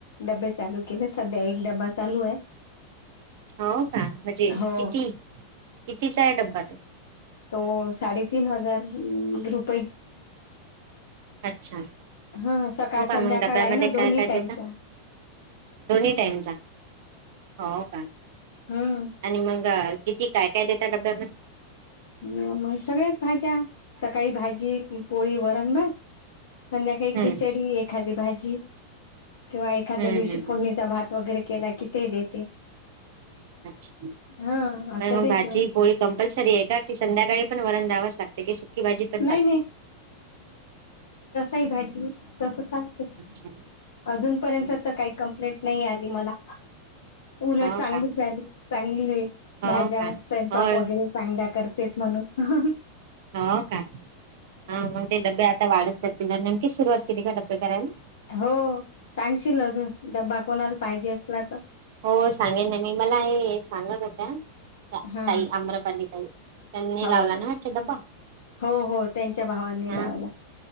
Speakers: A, on the left; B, on the right.
A: डबे चालू केलेच. सध्या एक डबा चालू आहे.
B: हो का म्हणजे
A: हो
B: किती कितीचा हे डब्बा तो?
A: तो साडेतीन हजार ग्रुप
B: अच्छा,
A: हा सकाळ
B: हो का
A: संध्याकाळ
B: मग डब्ब्यामध्ये
A: आहे ना दोन्ही
B: काय काय
A: टाइमचा
B: देता? दोन्ही टाइमचा हो का
A: हम्म
B: आणि म मंग किती काय काय देता डब्यामध्ये?
A: अग सगळ्याच भाज्या, सकाळी भाजी, पोळी वरण भात. संध्याकाळी
B: हम्म
A: खिचडी एखादी भाजी. किंवा एखाद्या
B: हम्म
A: दिवशी
B: हम्म हम्म.
A: फोडणीचा, भात वगैरे केला की ते देते.
B: अच्छा, काय
A: हा असं
B: मंग
A: देते
B: भाजी पोळी कंपल्सरी हे. एका की संध्याकाळी, पण वरण दयावास लागते की सुकी भाजी पण चालते.
A: नाही <unintelligible> ई भाजी. तस चालते
B: अच्छा
A: अजून पर्यंत
B: हम्म.
A: तर काही, कंप्लेंट नाही आली मला. उलट
B: हो
A: चांगली,
B: का
A: प्याली चांगली,
B: हो
A: भाज्या
B: का
A: स्वयंपाक
B: हो
A: वगैरे चांगल्या. करतेेत म्हणून.
B: हो का हा मग ते डबे आता वाढत जातील. नेमकी सुरुवात केली का डबे करायला?
A: हो सांगशील अजून डब्बा कोणाला पाहिजे असला तर.
B: हो सांगेन ना, मी मला हे सांगत होत्या
A: हा
B: ताई आम्रपाली ताई त्यांनी
A: हो
B: लावला
A: का
B: ना वाटत डब्बा
A: हो हो त्यांच्या भावांनी
B: हा
A: लावला.